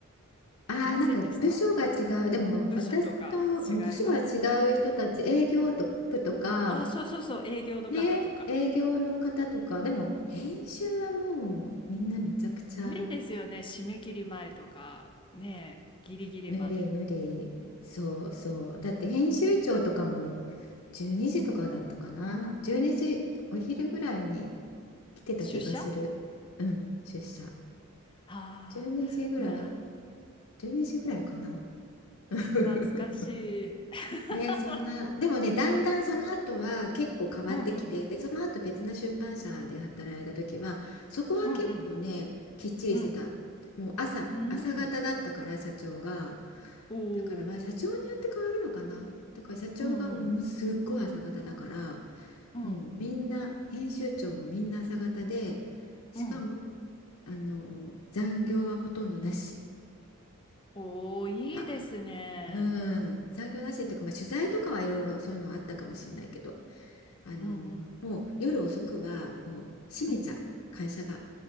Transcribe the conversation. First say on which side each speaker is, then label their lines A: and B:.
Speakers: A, on the left; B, on the left.
A: <laughs> ああなんか部署が違うでも私とうん部署は違う人たち営業と部とか
B: いませんでした部署とか違えば。あ、そうそうそう、営業の方とか。
A: ね営業の方とかでも編集はもうみんなめちゃくちゃ。
B: 無理ですよね、締め切り前とか、ねえ、ギリギリまで。
A: 無理無理そうそうだって編集長とかも12時とかだったかな12時お昼ぐらいに来てた気がするうん出社
B: 出社ああ、
A: 12時ぐらい
B: な、
A: 12時ぐらいかな <laughs>
B: 懐かしい。<laughs>
A: ねそんなでもねだんだんその後は結構変わってきてでその後別の出版社で働いた時はそこは結構ねきっちりしてたもう朝朝方だったから社長が。
B: うんうん、うんうん、うん、うん。おお、
A: だからまあ社長によって変わるのかな。だから社長がもうすっごい朝方だから、
B: うんうん、うん、
A: もうみんな、編集長もみんな朝方で、しかも、
B: うん。
A: あの、残業はほとんどなし
B: おお、いいですね。
A: だ。うん、残業なしっていうか、まあ、取材とかはいろいろそういうのはあったかもしれないけど、あの、
B: うんうん、
A: もう夜遅くはもう閉めちゃう、
B: うん。
A: 会社が。